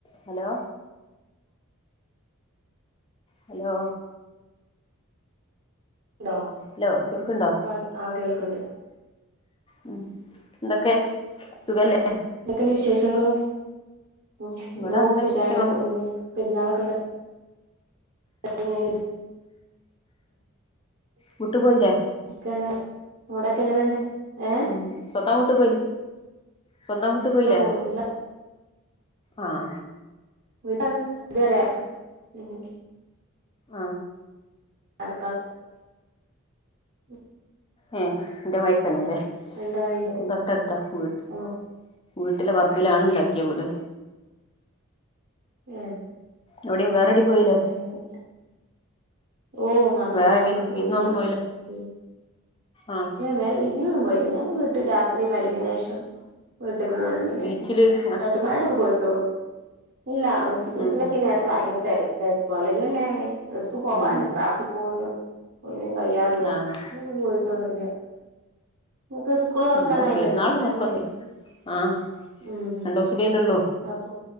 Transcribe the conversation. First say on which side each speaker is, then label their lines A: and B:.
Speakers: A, on the left; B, on the right.
A: Hello hello
B: ലോ
A: hello കേൾക്ക്ണ്ടോ
B: അഹ് ആ ക്കേൾക്ക്ണ്ട്
A: മ് എന്തൊക്കെ സുഖല്ലേ?
B: എന്തൊക്കെണ്ട് വിശേഷങ്ങള് മ്
A: ഇവിടെ
B: ഓ
A: നല്ല
B: സുഖയിട്ട്
A: വിശേഷങ്ങള്
B: പോവ്ന്നു പെരുന്നാളൊക്കെ <unintelligible>
A: വീട്ട് പോയില്ലേ?
B: ഇരിക്കാണ് അവിടൊക്കെ എങ്ങനെണ്ട്? ഏ
A: മ് സ്വന്തം വീട്ടിൽ പോയ സ്വന്തം വീട്ട് പോയില്ലേ?
B: ഒക്കെ പോന്നില്ല
A: ആഹ
B: വീട്ടിലാണ് ഇതുവരയാ മ്
A: ആ
B: അടു <unintelligible>
A: ഏ ന്റെ മായ്രിതന്നെല്ലേ.
B: രണ്ടാളുണ്ട്
A: ൻക്കും തൊട്ടടുത്താ വീട്
B: ആ
A: വീട്ടിലെ പർബിലാണ്
B: ഉം
A: ണ്ടാക്കിയ വീട്.
B: ഏ
A: എവിടെ വേറെടിം പോയില്ലേ?
B: അങ്ങനെ ഓ നാത്തൂമാരൊടൊക്കെ
A: വേറെ വി
B: പോയി
A: വിരുന്നൊന്നും പോയില്ലേ
B: പി
A: ആഹ്
B: വേറെ വിര്ന്നൊന്നും പോയില്ല ഞാൻ വീട്ട് രാത്രി മരിബിന്റെഷം പോവലൊന്നില്ല
A: ബീച്ചില് അങ്ങനെ
B: നാത്തൂൻമാരോടെക്കെ പോയിട്ടോള്ളൂ ഇല്ല
A: ഉം
B: ഇതിനൊക്കെ നേരത്തെ ഭയങ്കര തിരക്കായപ്പോ അല്ലെങ്കന്നെ എവ്ടുക്കും പോവാൻ
A: ഉം
B: ട്രാഫികോണ്ട് ഒന്നിനും കയ്യാറില്ല
A: ആഹ്
B: <unintelligible> പോയിട്ടൊന്നില്ല്യ നമുക്ക് സ്കൂളോറക്കാനായില്ലേ
A: നമ്മളും പെരുന്നാളിന് പോക്കൊന്നുല്ല
B: ങ്ക്കോ
A: ആഹ്
B: മ്
A: രണ്ടൂസം കൂടിയല്ലേ ഉള്ളൂ
B: അപ്പൊ